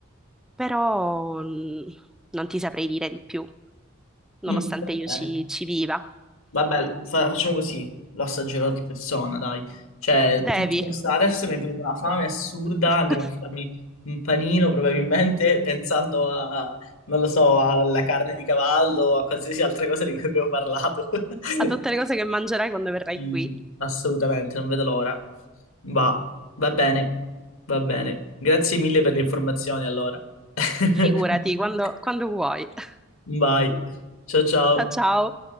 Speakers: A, in the centre; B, on the left (about 75°).
A: però mh, non ti saprei dire di più, nonostante
B: Mm, va
A: io
B: bene.
A: ci, ci viva.
B: Vabbè, fa- facciamo così, lo assaggerò di persona, dai. Cioè,
A: Devi,
B: tutti questi adesso mi è venuta una fame assurda,
A: <laughs>
B: andrò a farmi un panino probabilmente <laughs> pensando a, non lo so, alla carne di cavallo o a qualsiasi altra cosa di cui abbiamo parlato. <laughs>
A: a tutte le cose che mangerai quando verrai
B: Sì,
A: qui,
B: Assolutamente, non vedo l'ora. Va, va bene, va bene. Grazie mille per le informazioni, allora. <laughs>
A: figurati, quando quando vuoi. <laughs>
B: Vai, ciao ciao.
A: Ciao ciao!